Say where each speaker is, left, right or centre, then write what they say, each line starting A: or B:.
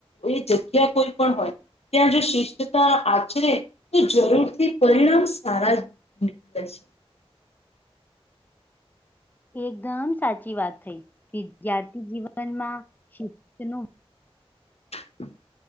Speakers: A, on the left; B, on the left.
A: એ જગ્યા કોઈ પણ હોય ત્યાં જો શિસ્તતા આચરે તો જરૂરથી પરિણામ સારા નીકળે છે.
B: એકદમ સાચી વાત થઈ વિદ્યાર્થી જીવનમાં <unintelligible>
A: <inaudible>